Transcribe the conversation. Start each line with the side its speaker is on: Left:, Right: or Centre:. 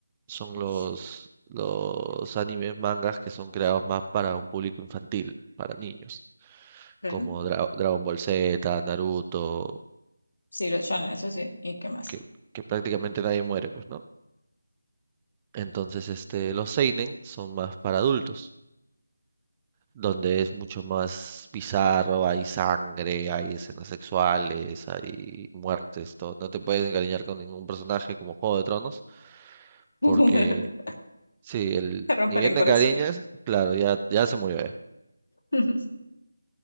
Right: son
Left: Ush,
Right: los, los animes, mangas que son creados más para un público infantil, para niños,
Left: Ok.
Right: como Dra- Dragon Ball Z, Naruto,
Left: Sí, los shonen, eso sí. ¿Y qué más?
Right: que, que prácticamente nadie muere, pues, ¿no? Entonces, este, los seinen son más para adultos, donde es mucho más bizarro, hay sangre, hay escenas sexuales, hay muertes, todo. No te puedes encariñar con ningún personaje como Juego de Tronos,
Left: <laughs>
Right: porque sí, el
Left: Te rompen
Right: ni bien
Left: el
Right: de
Left: corazón.
Right: cariñas, claro, ya, ya se murió eh.
Left: <laughs>